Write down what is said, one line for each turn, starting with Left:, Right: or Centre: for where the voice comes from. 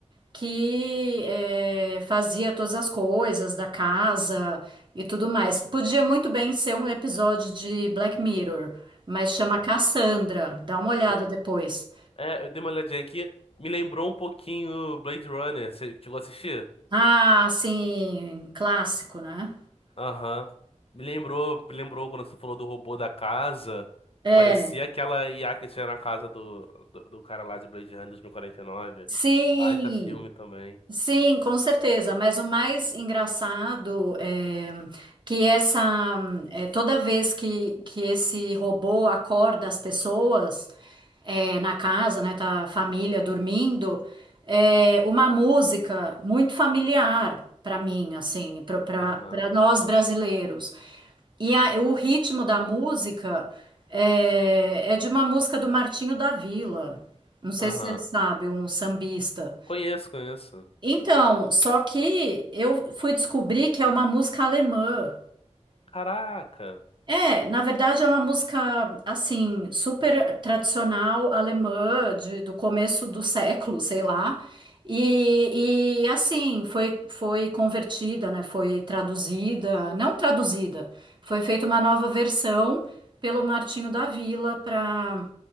Right: que é, fazia todas as coisas da casa e tudo mais. Podia muito bem ser um episódio de Black Mirror, mas chama
Left: Aham.
Right: Cassandra. Dá uma
Left: Sim.
Right: olhada depois.
Left: É, eu dei uma olhadinha aqui. Me lembrou um pouquinho Blade Runner. Você chegou a assistir?
Right: Ah, sim, clássico, né?
Left: Aham. Me lembrou, me lembrou quando você falou do robô da casa.
Right: É,
Left: Parecia aquela IA que tinha na casa do, do, do cara lá de Blade Runner 2049.
Right: sim.
Left: Baita filme também.
Right: Sim, com certeza, mas o mais engraçado é que essa é, toda vez que, que esse robô acorda as pessoas é, na casa, né, tá a família dormindo, é uma música muito familiar para mim, assim, para
Left: Aham.
Right: nós brasileiros. E a- o ritmo da música é, é de uma música do Martinho da Vila. Não sei
Left: Aham.
Right: se você sabe, um sambista.
Left: Conheço, conheço.
Right: Então, só que eu fui descobrir que é uma música alemã.
Left: Caraca.
Right: É, na verdade é uma música assim super tradicional alemã de, do começo do século, sei lá. E, e assim foi foi convertida, né? Foi traduzida, não traduzida, foi feita uma nova versão pelo Martinho da Vila para